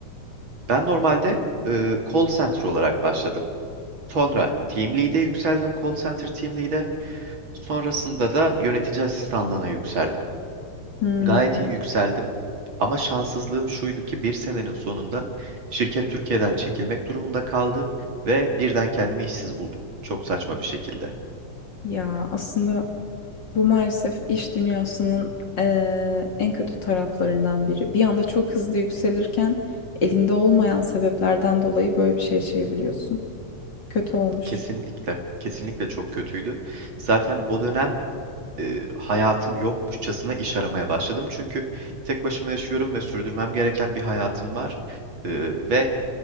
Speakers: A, on the right (about 40°); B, on the left (about 40°).
A: ben normalde e, call center olarak başladım. Sonra team lead'e yükseldim call center team lead'e. Sonrasında da yönetici asistanlığına yükseldim.
B: Hmm,
A: Gayet iyi yükseldim. Ama şanssızlığım şuydu ki bir senenin sonunda şirket Türkiye'den çekilmek durumunda kaldı ve birden kendimi işsiz buldum. Çok saçma bir şekilde.
B: ya aslında bu maalesef iş dünyasının eee, en kötü taraflarından biri. Bir anda çok hızlı yükselirken elinde olmayan sebeplerden dolayı böyle bir şey yaşayabiliyorsun. Kötü olmuş.
A: Kesinlikle, kesinlikle çok kötüydü. Zaten o dönem e, hayatım yokmuşçasına iş aramaya başladım. Çünkü tek başıma yaşıyorum ve sürdürmem gereken bir hayatım var. E, ve